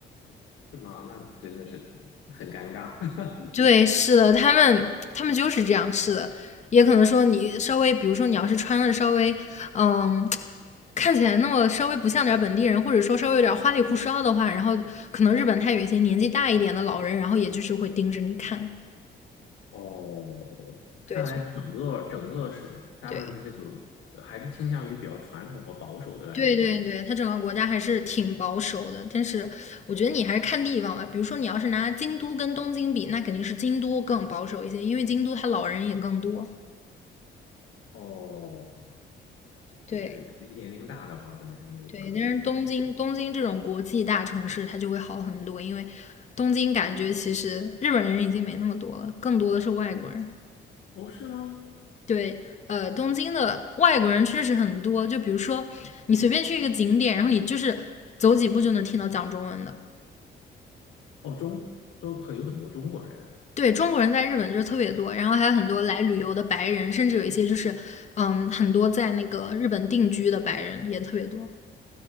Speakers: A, on the left; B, on the left.
A: 是吗？那真的是很尴尬 <laughs>
B: 对，是的，他们他们就是这样，是的。也可能说你稍微，比如说你要是穿的稍微，嗯，看起来那么稍微不像点本地人，或者说稍微有点花里胡哨的话，然后可能日本他有一些年纪大一点的老人，然后也就是会盯着你看。
A: 哦。看来整个整个是他们的这个呃还是倾向于比较传统和保守的感觉啊
B: 对对，对对对，它整个国家还是挺保守的，但是我觉得你还是看地方吧。比如说，你要是拿京都跟东京比，那肯定是京都更保守一些，因为京都它老人也更多。
A: 哦，
B: 对
A: 对对，年年龄大的话，可能相对更保守。
B: 对，但是东京东京这种国际大城市，
A: 对，
B: 它就会好很多，因为东京感觉其实日本人已经没那么多了，更多的是外国人。
A: 哦，是吗？
B: 对，呃，东京的外国人确实很多，就比如说你随便去一个景点，然后你就是走几步就能听到讲中文的。
A: 哦，中都很有很多中国人，
B: 对，中国人在日本就是特别多，然后还有很多来旅游的白人，甚至有一些就是，嗯，很多在那个日本定居的白人也特别多。